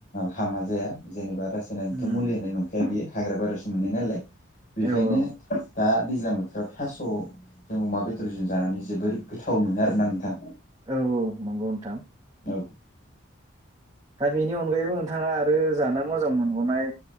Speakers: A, on the left; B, on the right.
A: हामा जाया जेनेबा। बासायनायनिथ
B: उम
A: मुलि होनाय नंखाया बियो। हाग्रा बारियावसो मोननाय नालाय। बेखायनो
B: औ औ
A: दा। दैज्लां बोथोराव थास जों अमा बेदरजों जानानै जोबोर गोथाव मोनो आरोना नोंथां।
B: औ औ नंगौ नोंथां।
A: औ।
B: दा बेनि अनगायैबो नोंथांङा आरो जानो मोजां मोनबावनाय